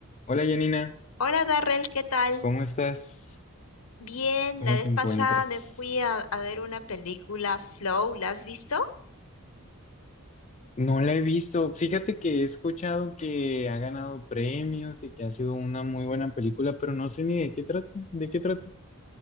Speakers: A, on the left; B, on the left.
A: Hola Janina,
B: Hola Darrell, ¿qué tal?
A: ¿cómo estás?
B: Bien,
A: ¿Cómo
B: la vez
A: te
B: pasada
A: encuentras?
B: me fui a, a ver una película Flow, ¿la has visto?
A: No la he visto. Fíjate que he escuchado que ha ganado premios y que ha sido una muy buena película, pero no sé ni de qué trata, de qué trata.